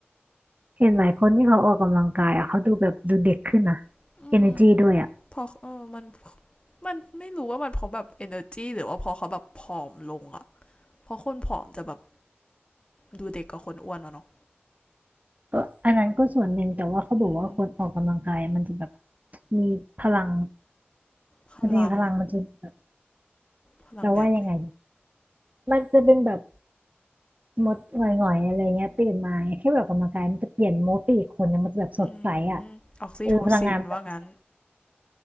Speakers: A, on the right (about 40°); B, on the left (about 25°).
A: เห็นหลายคนที่เขาออกกำลังกายอ่ะเขาดูแบบดูเด็กขึ้นนะ
B: ๆอืม
A: energy ด้วยอ่ะ
B: พอเออมันมันไม่รู้ว่ามันเพราะแบบ energy หรือว่าพอเขาแบบผอมลงอ่ะเพราะคนผอมจะแบบดูเด็กกว่าคนอ้วนอะเนาะ
A: ก็อันนั้นก็ส่วนหนึ่งแต่ว่าเขาบอกว่าคนออกกำลังกายมันจะแบบ
B: อืม
A: มีพลัง
B: พลัง
A: มันจะมีพลังมันจะแบบ
B: พลังแบบไหน
A: จะว่ายังไงมันจะเป็นแบบมดหงอยๆอะไรเงี้ยตื่นมาแค่แบบออกกำลังกายมันจะเปลี่ยนโมดไปอีกคนนึงมันจะแบบสดใสอ่ะ
B: อืมออกซิโทซินว่างั้น
A: เออพลังงานมันจะสดใส